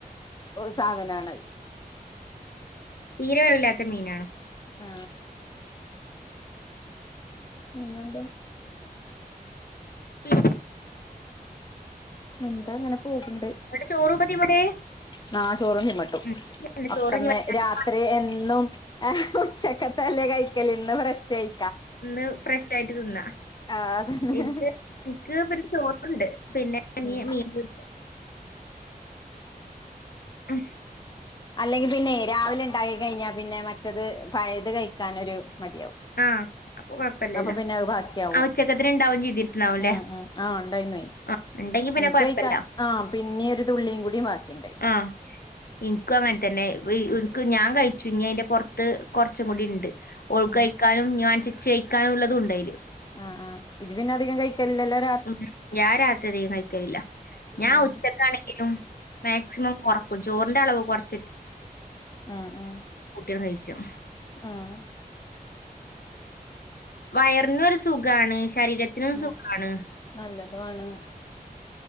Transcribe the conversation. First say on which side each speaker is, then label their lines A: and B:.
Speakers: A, on the left; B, on the left.
A: സാധനത്
B: തീരവല്ലാത്ത മീനാണോ
A: ആ എന്നത
B: ട്ട
A: എന്താ അങ്ങനെ പോകണ്ട്
B: ഇവിടെ ചോറ് ഇപ്പതീമടെ
A: ന ചോറും ചി്മട്ടും
B: ഉം ഇല്ല,
A: ഒക്കന്ന്
B: ചോറ് ഇനി വൈകുന്നേരത്തെ
A: രാത്രി
B: ഭക്ഷ-
A: എന്നും ആ ഉറച്ചൊക്കെ തല്ലേ കഴിക്കല ഇന്ന് ഫ്രഷ് ആയി
B: ഇന്ന് ഫ്രഷ ആയിട്ട് തിന്ന
A: ആ അതന്നെ
B: എനിക്ക് എക്ക് ചോറുണ്ട് പിന്നെ അ
A: ഉം
B: മീണം ആ
A: അല്ലെങ്കിൽ പിന്നെ രാവിലെ ഉണ്ടാക്ക കഴിഞ്ഞാൽ പിന്നെ മറ്റത് പഴത് കഴിക്കാൻൊ ഒരു മടിയകും
B: ആഹ് അപ്പൊ കൊഴപ്പല്ലല്ലോ
A: അപ്പ പിന്നെ അത് ബാക്കിയാവും
B: ആ ഉച്ചക്കത്തിന് ഉണ്ടാവും ചെയ്തിട്ടുണ്ടാവുംല്ലേ
A: ഉം ഉം ആഹ് ഉണ്ടായിന്ന്വൊയ്.
B: ആഹ് ഇണ്ടെങ്കി പിന്നെ
A: ഇൻക്ക്
B: കൊഴപ്പല്ല
A: കയ്ക്കാൻ ആഹ് പിന്നി ഒരു തുള്ളിം കൂടിം വാക്കിണ്ടായ്ന്നു.
B: ആഹ് ഇൻക്കും അങ്ങനെ തന്നെ വെ ഇട്ക്ക് എനിക്ക് ഞാൻ കഴിച്ചു. ഇഞ്ഞയ്ന്റെ പൊറത്ത് കൊറച്ചും കൂടി ഇണ്ട് ഓൾക്കയ്
A: ഉം
B: ക്കാനും ഇഞ്ഞ് വാണ്ച്ച ഇച്ച് കയ്ക്കാനും ഇള്ളതും ഇണ്ടയില്.
A: ആഹ് ആഹ് ഇജ് പിന്നെ അധികം കയ്ക്കല് ല്ലല്ലോ?
B: ഉം ഞാൻ രാത്രി അധികം കഴിക്കലില്ല ഞാൻ
A: ഉം
B: ഉച്ചക്കാണെങ്കിലും മാക്സിമം കൊറക്കും ചോറിന്റെ അളവ് കൊറച്ചിട്ട്
A: ഉം ഉം
B: <unintelligible> കയ്ച്ചും
A: ആഹ്
B: വയറിനും ഒരു സുഖാണ് ശരീരത്തിനും സുഖാണ്.
A: ഉം നല്ലതുമാണ്